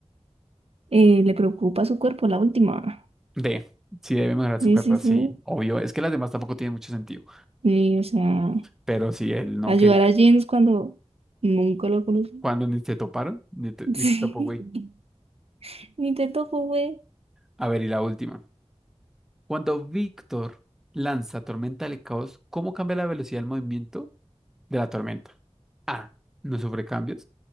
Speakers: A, on the right; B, in the centre.
A: eh, le preocupa su cuerpo, la última.
B: D. Si debe mejorar
A: Sí,
B: su cuerpo.
A: sí, sí.
B: Sí, obvio. Es que las demás tampoco tienen mucho sentido.
A: Sí, o sea,
B: Pero si él no
A: ayudar
B: quería.
A: a James cuando nunca lo conocí.
B: Cuando ni te toparon, ni te, ni
A: Sí,
B: te topó, güey.
A: <laughs> ni te topo, güey.
B: A ver, y la última. Cuando Víctor lanza Tormenta del Caos, ¿cómo cambia la velocidad del movimiento de la tormenta. A. No sufre cambios.